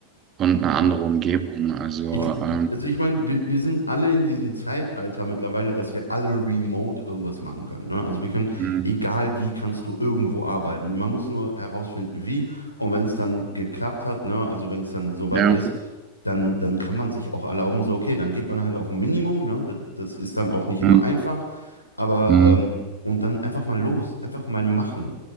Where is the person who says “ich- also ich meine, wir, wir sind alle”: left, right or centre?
Left